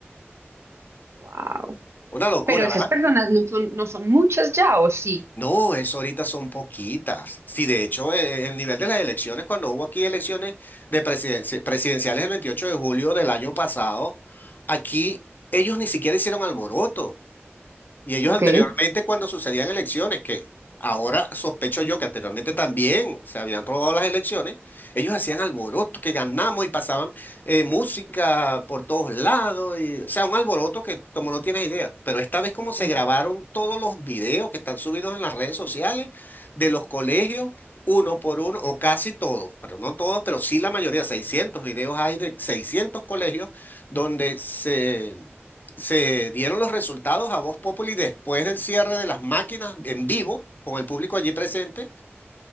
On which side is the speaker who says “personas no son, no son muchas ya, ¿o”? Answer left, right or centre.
Right